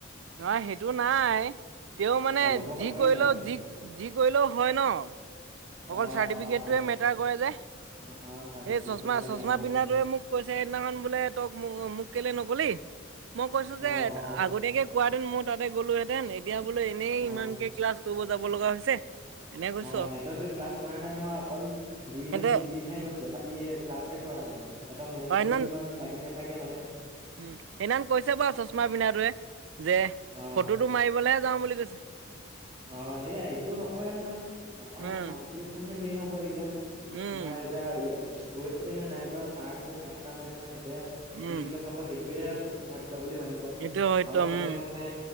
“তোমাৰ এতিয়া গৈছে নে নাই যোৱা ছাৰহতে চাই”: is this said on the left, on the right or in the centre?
Right